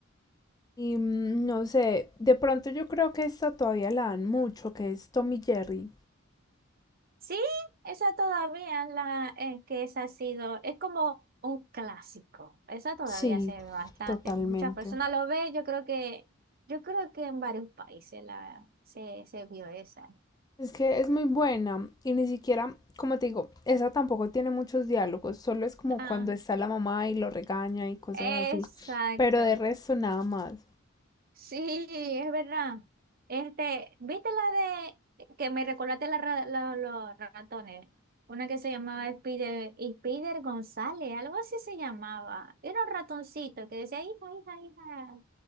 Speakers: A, on the left (about 20°); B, on the right (about 45°).
A: Y mm, no sé, de pronto yo creo que esta todavía la dan mucho, que es Tommy Jerry.
B: Sí, esa todavía la eh, que esa ha sido, es como un clásico. Esa todavía
A: Sí,
B: se ve bastante.
A: totalmente.
B: Muchas personas lo ven, yo creo que, yo creo que en varios países la se, se vio esa.
A: Es que es muy buena y ni siquiera, como te digo, esa tampoco tiene muchos diálogos, solo es como
B: Ah,
A: cuando está la mamá y lo regaña y cosas
B: exacto.
A: así, pero de resto nada más.
B: Sí, es verdad. Este, ¿viste la de que me recordaste la ra- la- los ratones? Una que se llamaba Spider, Spider González, algo así se llamaba. Era un ratoncito que decía, hija, hija, hija.